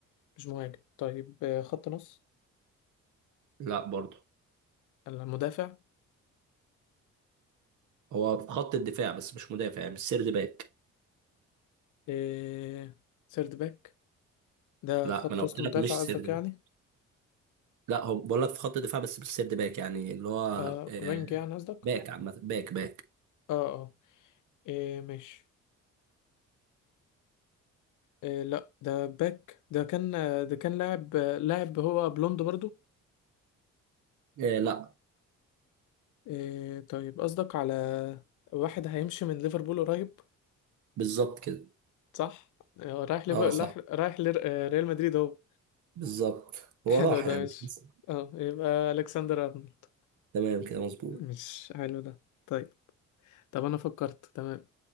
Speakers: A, on the left; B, on the right.
A: مش مهاجم طيب آه، خط نص
B: لا برضه
A: المدافع
B: هو في خط الدفاع بس مش مدافع يعني مش سيرد باك
A: آه، سيرد باك ده
B: لا
A: خط
B: ما انا قلت
A: وسط
B: لك
A: مدافع
B: مش
A: قصدك
B: سيرد باك.
A: يعني
B: لا هو بقول لك في خط الدفاع بس مش سيرد باك يعني اللي هو
A: آه،
B: آه،
A: وينج يعني قصدك
B: باك عامة باك باك
A: اه اه آه، ماشي آه، لا ده باك ده كان آه، ده كان لاعب آه، لاعب هو بلوند برضو
B: إيه لا
A: إيه طيب قصدك على واحد هيمشي من ليفربول قريب
B: بالظبط كده
A: صح آه، رايح ليفر
B: اه صح
A: رايح رايح لر- آه، ريال مدريد اهو
B: بالظبط
A: <laughs>
B: هو
A: حلو
B: راح
A: ده
B: يعني
A: مش
B: مش لسه.
A: اه يبقى الكسندر ارنولد
B: تمام كده مظبوط
A: مش حلو ده طيب طب انا فكرت تمام